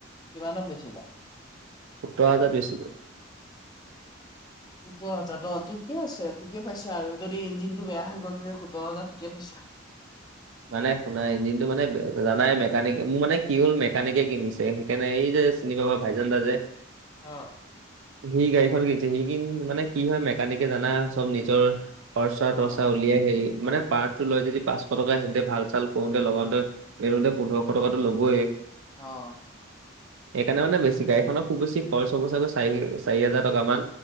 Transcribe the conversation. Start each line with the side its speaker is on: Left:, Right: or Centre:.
Left: কিমানত বেছিবা?
Right: সোতৰ হাজাৰত বেছিলো।
Left: সোতৰ হাজাৰ ত ঠিকে আছে ঠিকে পাইছে আৰু যদি ইঞ্জিনটো বেয়া হৈ গ'ল যে সোতৰ হাজাৰ ঠিকে পাইছা।
Right: মানে শুনা ইঞ্জিনটো মানে জানাই মেকানিক মোৰ মানে কি হ'ল মেকানিকে কিনিছে। কেনে এই যে চিনি পাবা ভাইজান দা যে।
Left: অঁ!
Right: সি গাড়ীখন কিনিছে। সি কিন- মানে কি হয়, মেকানিকে জানা চব নিজৰ খৰচা-তৰচা
Left: অ
Right: উলিয়াই হেৰি- মানে পাৰ্টো লৈ যদি পাঁচশ টকা তে ভাল-চাল কৰোঁতে, লগাওঁতে, মেলোতে পোন্ধৰশ টকাতো লবই।
Left: অ
Right: সেইকাৰণে মানে
Left: সেইটো
Right: বেছি গাড়ীখনক খুব বেছি খৰচ হ'ব চাগৈ চাৰি- চাৰি হাজাৰ টকা মান।